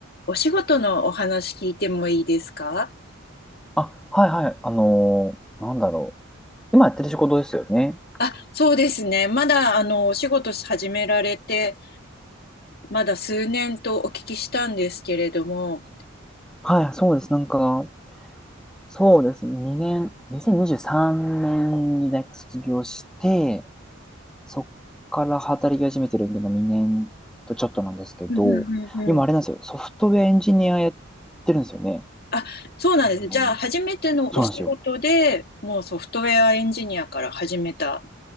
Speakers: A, on the left (about 50°); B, in the centre.
A: お仕事のお話聞いてもいいですか
B: あ、はいはい。あのーなんだろう。今やってる仕事ですよね。
A: あ、そうですね。まだ、あの、お仕事始められて、まだ数年とお聞きしたんですけれども。
B: はい、そうです。なんか、そうです。2年、2023年にじゅうさんねんに大学卒業して、そっから働き始めてるんで、まあ、2年とちょっとなんですけど、
A: うんうんうんうん。
B: 今あれなんですよ。ソフトウェアエンジニアやってるんですよね。
A: あ、そうなんですね。
B: あの、
A: じゃあ、初めてのお仕事でもうソフトウェアエンジニアから始めた。
B: そうなんですよ。